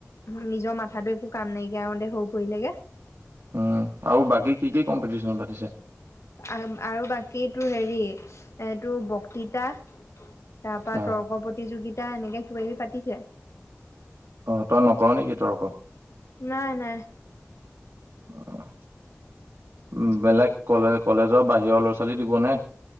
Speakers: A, on the left; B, on the right.
A: নিজৰ মাথাাটো একো কাম নাইকিয়া <unintelligible> হৈ পৰিলেগে।
B: উম, আৰু বাকী কি, কি কম্পিটিচন পাতিছে?
A: আ-আৰু বাকী তোৰ হেৰি, এইটো বক্তৃতা। তাপা
B: অঁ
A: তৰ্ক প্ৰতিযোগি ট এনেকে কিবা কিবি পাতিছে।
B: অ তই নক নেকি তৰ্ক?
A: নাই নাই।
B: উ বেলেগ কলে কলেজৰ বাহিৰৰ ছোৱালী দিবনে